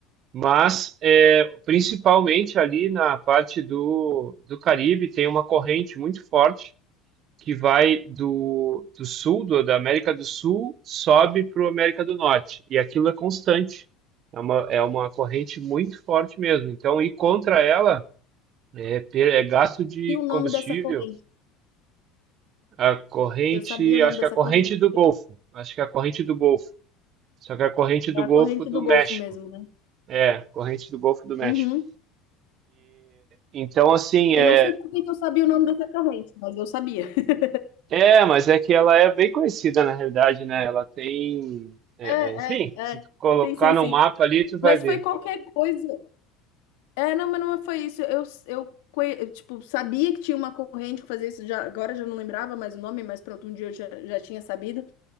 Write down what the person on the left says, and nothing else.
E o nome
dessa corrente?
Eu sabia o nome
dessa
corrente.
É a
corrente
do Golfo
mesmo, né?
Uhum.
Eu não sei por que que eu sabia o nome dessa corrente, mas eu sabia. <laughs>
É,
é, é.
Sim, sim,
sim.
Mas
foi qualquer coisa. É, não, mas não é, foi isso. Eu, eu, conhe- eu, tipo, sabia que tinha uma corrente que fazia isso. Já, agora eu já não lembrava mais o nome, mas pronto, um dia eu já, já tinha sabido.